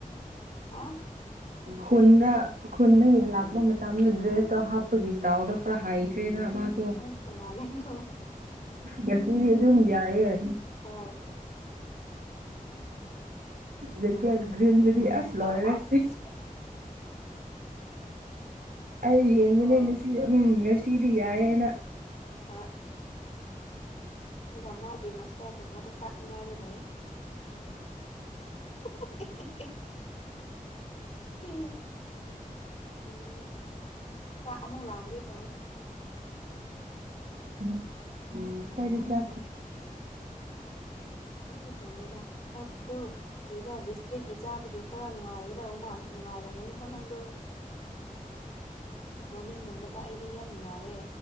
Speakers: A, on the left; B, on the right.
A: ꯍꯥ
B: ꯍꯣꯅ ꯈꯨꯟꯗꯒꯤꯂꯥꯛꯄ ꯃꯇꯝꯗ ꯗ꯭ꯔꯦꯁꯇꯣ ꯍꯥꯞꯄꯒꯤ ꯏꯁꯇꯜꯗꯣ ꯈꯔ ꯍꯥꯏꯈ꯭ꯔꯦꯅ ꯃꯥꯁꯨ
A: ꯍꯣꯏ ꯇꯣꯡꯉꯥꯜꯂꯦꯀꯣ
B: ꯉꯁꯤꯗꯤ ꯑꯗꯨꯝ ꯌꯥꯏꯑꯦ
A: ꯍꯣꯏ
B: <unintelligible> ꯦꯀꯦ ꯟꯗꯨꯗꯤ ꯑꯁ ꯂꯣꯏꯅꯦꯦ
A: ꯑꯣ ꯑꯁ
B: ꯑꯩ
A: ꯇꯜꯂꯦꯀꯣ
B: ꯌꯦꯡꯕꯅꯦ ꯌꯦꯡꯉꯁꯤ ꯎꯝꯁꯤ ꯁꯤꯗꯤ ꯌꯥꯑꯦꯅ
A: ꯍ ꯑꯗꯨꯒ ꯃꯥꯒꯤ ꯃꯁꯇꯥꯏꯁꯒꯨꯝꯕꯗꯣ ꯀꯥꯛꯅꯤꯡꯉꯥꯏꯗꯤ ꯂꯩ <unintelligible> <unintelligible> ꯑꯦꯅꯤꯒ ꯆꯥꯛ ꯑꯃꯨꯛ ꯂꯥꯛꯑꯝꯒꯦ ꯇꯧꯋꯦ
B: ꯎꯝ ꯈꯔꯤ ꯆ
A: ꯑꯩꯁꯨ ꯊꯣꯡꯉꯤꯗ ꯅꯪ ꯑꯗꯨ ꯀꯔꯤꯔꯥ ꯒꯦꯁꯇ꯭ꯔꯤꯛꯀꯤ ꯆꯥꯕꯒꯤ ꯈꯔ ꯅꯨꯡꯉꯥꯏꯒꯗꯕ ꯃꯥ ꯅꯨꯡꯉꯥꯏꯔꯝꯒꯅꯤꯀꯣ ꯅꯪꯗꯣ ꯃꯅꯤ ꯒꯨꯝꯕꯗ ꯑꯩꯗꯤ ꯌꯥꯝ ꯅꯨꯡꯉꯥꯏꯌꯦ